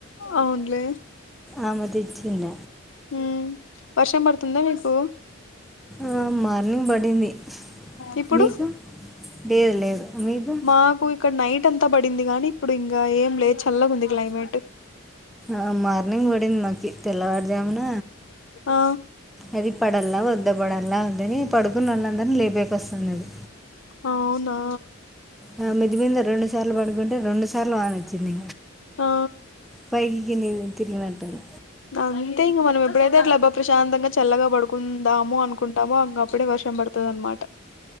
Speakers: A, on the left; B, in the centre.
A: అవున్లే
B: ఆమె తెచ్చిండ
A: మ్మ్ వర్షం పడుతుందా మీకు
B: ఆ మార్నింగ్ పడింది
A: ఇప్పుడు
B: మీకు లేదు లేదు మీకు
A: మాకు ఇక్కడ్ నైట్ అంతా పడింది గానీ ఇప్పుడు ఇంగ ఏం లేద్ చల్లగుంది క్లైమేట్టు
B: ఆ మార్నింగ్ పడింది మాకి తెల్లవారుజామున
A: ఆ
B: అది పడల్లా వద్ద పడల్లా వద్దని పడుకు పడుకున వలందరిని లెప్ ఉపయకస్తున్నది
A: అవునా
B: ఆ మీదే మీద రెండ్ చర్ల పాడు అంటే రెండు సార్లు వాన వచ్చింది
A: ఆ
B: పైకి కిందికి తిరిగినటును
A: అంతే ఇంక మనం ఎప్పుడైతే అట్లా అబ్బా ప్రశాంతంగా, చల్లగా పడుకుందామో అనుకుంటామో అంక అప్పుడే వర్షం పడుతుంది. అనమాట